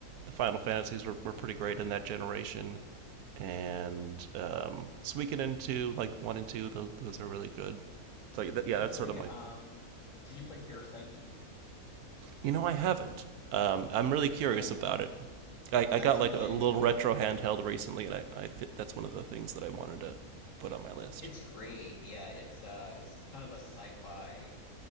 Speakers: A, on the right; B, on the left.
A: The Final Fantasies were, were pretty great in that generation. And um, Suikoden 2, like 1 and 2, those, those are really good. So, yeah,
B: Did you
A: that's
B: play
A: sort of my
B: um did you play Parasite Eve?
A: You know, I haven't. Um, I'm really curious
B: That was
A: about it.
B: yeah.
A: I, I
B: That's
A: got like
B: really
A: a little
B: enjoyable.
A: retro handheld recently, and I, I fit, that's one of the things that I wanted to put on my list.
B: It's great. Yeah, it's uh it's kind of a sci-fi